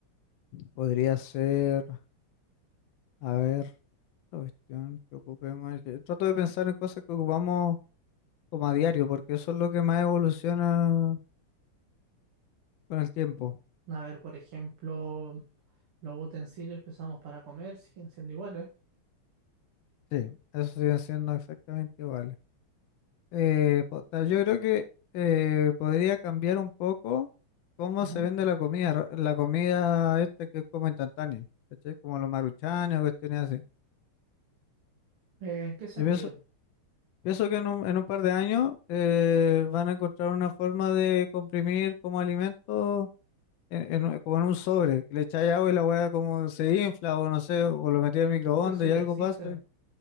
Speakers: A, on the left (about 70°); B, on the right (about 80°).
A: podría ser, a ver, la cuestión que ocupemos. que- Trato de pensar en cosas que ocupamos como a diario, porque eso es lo que más evoluciona con el tiempo.
B: A ver, por ejemplo, los utensilios que usamos para comer siguen siendo iguales.
A: Sí, eso sigue siendo exactamente igual. Eh, po- ta- yo creo que eh, podría cambiar un poco cómo
B: Ujú.
A: se vende la comida, ra- la comida esta que es como instantánea, ¿cachai? Como los maruchanes o cuestiones así.
B: Eh, ¿en qué sentido?
A: Yo pienso Pienso que en un, en un par de años eh, van a encontrar una forma de comprimir como alimento en, en un- como en un sobre, que le echáis agua y la hueá como se infla o no sé, o lo metí al microondas
B: Pero eso
A: y
B: ya
A: algo
B: existe.
A: pasa. y-